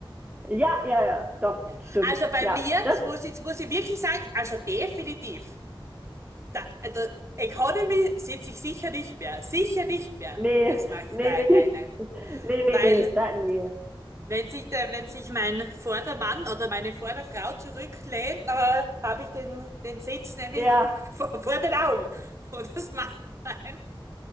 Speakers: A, on the right (about 15°); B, on the right (about 35°).
A: ja, ja, ja, doch,
B: Ja.
A: stimmt.
B: Also bei
A: Ja,
B: mir,
A: das,
B: jetzt muss ich, jetzt muss ich wirklich sagen, also definitiv. Da, also Economy sitze ich sicher nicht mehr. Sicher nicht mehr.
A: nee,
B: Das mache
A: nee,
B: ich. Nein,
A: nee, nee,
B: nein, nein.
A: nee,
B: Weil
A: nee, nee, da, nee.
B: Wenn sich der, wenn sich mein Vordermann oder meine Vorderfrau zurücklehnt, äh, habe ich den, den Sitz nämlich
A: Ja,
B: <laughs> vor, vor den Augen. <laughs> Und das macht <laughs> nein.